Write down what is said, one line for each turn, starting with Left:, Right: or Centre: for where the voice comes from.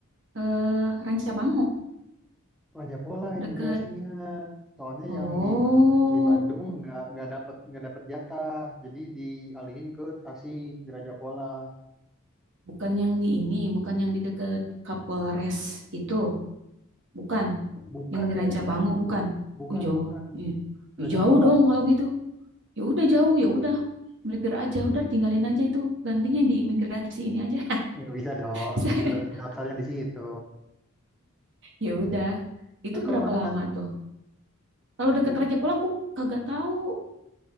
Right: eh Rancabango
Centre: Raja Polah imigrasinya.
Right: deket
Centre: Soalnya
Right: oh
Centre: yang di Ban- yang di Bandung nggak nggak dapat nggak dapat jatah. Jadi dialihin ke Tasik di Raja Polah.
Right: bukan yang di ini bukan yang di deket Kapolres itu bukan
Centre: Bukan
Right: yang di
Centre: kayaknya.
Right: Rancabango bukan
Centre: Bukan
Right: uh jauh
Centre: bukan
Right: Ih,
Centre: Raja
Right: ih, jauh
Centre: Polah.
Right: dong kalau gitu ya udah jauh ya udah melipir aja udah tinggalin aja itu gantinya di imigrasi ini aja
Centre: Ya nggak bisa dong.
Right: <laughs>
Centre: Kan udah terdaftarnya di situ.
Right: Ya udah. Itu
Centre: Terus kalau
Right: berapa
Centre: makanan
Right: lama tuh? Kalau deket
Centre: itu
Right: Raja Pola aku kagak tahu.